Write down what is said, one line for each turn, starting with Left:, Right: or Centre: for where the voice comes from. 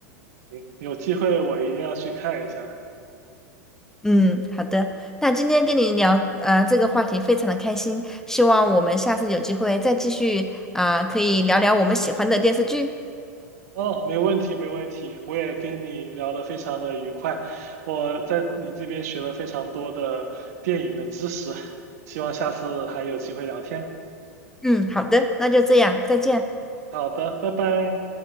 Right: 行，有机会我一定要去看一下。
Centre: 嗯，好的。那今天跟你聊呃这个话题非常的开心，希望我们下次有机会再继续啊、可以聊聊我们喜欢的电视剧。
Right: 哦，没问题，没问题。我也跟你聊得非常的愉快，我在你这边学了非常多的电影的知识，希望下次还有机会聊天。
Centre: 嗯，好的，那就这样，再见。
Right: 好的，拜拜。